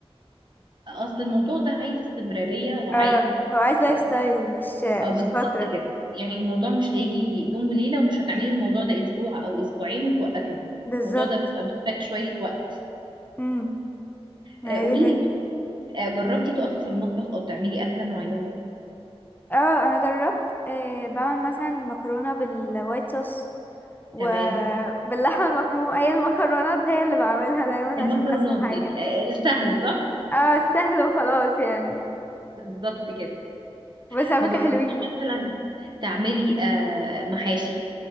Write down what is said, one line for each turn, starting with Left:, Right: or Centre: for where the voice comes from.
Right: أصل الموضوع ده عايز استمرارية وعايز
Left: اه هو عايز لايف
Right: اه
Left: ستايل مش
Right: آه،
Left: مش
Right: بالظبط
Left: فتره
Right: كده يعني الموضوع مش هيجي يوم وليلة ومش هتعملي الموضوع ده أسبوع أو أسبوعين وتوقفي
Left: بالظبط
Right: الموضوع ده بيبقى محتاج شوية وقت
Left: امم ما
Right: آه قوليلي
Left: هي دي فكرة
Right: آه جربتي تقفي في المطبخ أو تعملي أكلة معينة
Left: اه انا جربت آه بعمل مثلا مكرونه بالوايت صوص وباللحمه
Right: تمام
Left: المفرومه اي المكرونات هي اللي بعملها دايما
Right: المكرونات
Left: عشان اسهل حاجه
Right: يعني آه آه، سهل صح
Left: اه سهل وخلاص يعني
Right: بالظبط كده
Left: بس على
Right: ما جربتيش
Left: فكرة حلوين
Right: مثلا تعملي آه، محاشي